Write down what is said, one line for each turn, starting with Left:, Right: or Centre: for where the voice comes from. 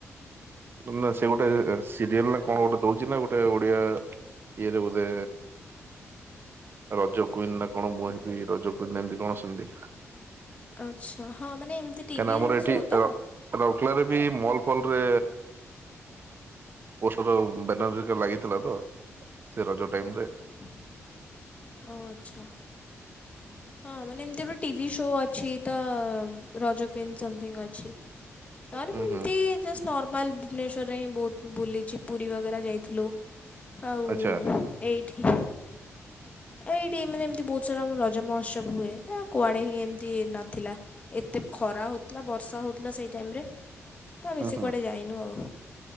Right: ନା ସେ ଗୋଟେ ସିରିଏଲ୍ ନା କଣ ଗୋଟେ ଦଉଚି ନା ଗୋଟେ ଓଡିଆ ଇଏ ରେ ବୋଧେ ରଜ କୁଇନ ନା କଣ ମୁଁ ହେବି ରଜ କୁଇନ ଏମିତି କଣ ସେମତି?
Left: ଆଚ୍ଛା ହଁ। ମାନେ ଏମିତି ଟିଭି
Right: କାହିଁକିନା ଆମର ଏଠି
Left: ଶୋ ତ
Right: ରାଲାରେ ବି ମଲ ଫଲରେ ପୋଷର ବାନର ଲାଗିଥିଲା ତ। ସେ ରଜ ଟାଇମରେ।
Left: ଓ ଆଚ୍ଛା। ହଁ ମାନେ ଏମିତି ଗୋଟେ ଟିଭି ଶୋ ଅଛି ତ ରଜ କୁଇୱନ୍ ସମଥିଙ୍ଗ ଅଛି। ନହେଲେ
Right: ହୁଁ
Left: ମୁଁ ଏମିତି
Right: ହୁଁ।
Left: ଜଷ୍ଟ ନର୍ମାଲ ଭୁବନେଶ୍ୱରରେ ହିଁ ବହୁତ ବୁଲିଛି ପୁରୀ ବଗରା ଯାଇଥିଲୁ। ଆଉ
Right: ଆଚ୍ଛା
Left: ଏଇଠି। ଏଇଠି ମେ ଏମିତି ବହୁତ ସାରା ମର ରଜ ମହୋତ୍ସବ ହୁଏଉ କୁଆଡେ ହିଁ ଏମିତି ନଥିଲା। ଏତେ ଖରା ହଉଥିଲା ବର୍ଷା ହଉଥିଲା ସେଇ ଟାଇମ ରେ ତା
Right: ହୁଁ
Left: ବେଶୀ
Right: ହୁଁ
Left: କୁଆଡେ ଯାଇନୁ ଆଉ।